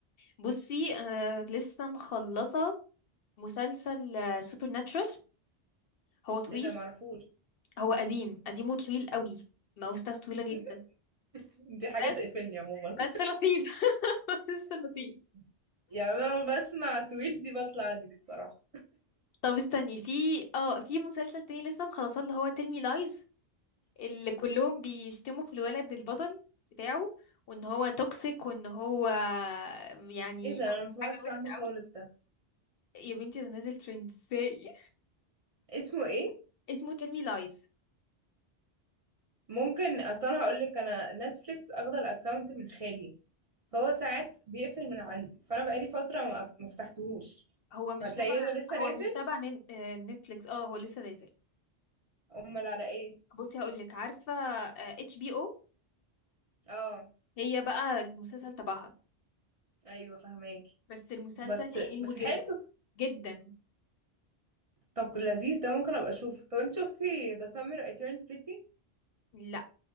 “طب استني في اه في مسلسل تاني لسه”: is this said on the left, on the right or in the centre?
Left